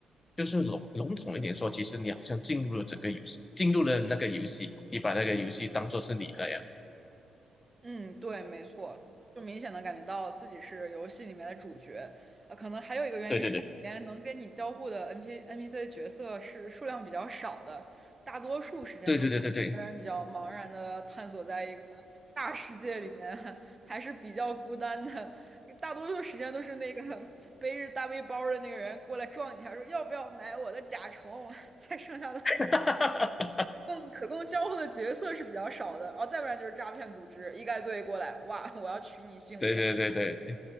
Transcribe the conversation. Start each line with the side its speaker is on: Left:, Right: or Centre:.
Left: 就是笼笼统一点说，其实你好像进入了整个游戏，进入了那个游戏，你把那个游戏当做是你那样。
Right: 嗯，对，没错，就明显的感觉到自己是游戏里面的主角啊。可能还有一个原因是，
Left: 对对对
Right: 里面能跟你交互的 N P N P C 角色是数量比较少的，大多数时间都是一个人比较茫然的探索在一个
Left: 对对对对对
Right: 大世界里面，<laughs> 还是比较孤单的。大多数时间都是那个背着大背包儿的那个人过来撞你一下，说要不要买我的甲虫，<laughs> 才剩下的
Left: <laughs>
Right: 供可供交互的角色是比较少的，然后再不然就是诈骗组织，一概队过来，哇，我要取你性命。
Left: 对对对对，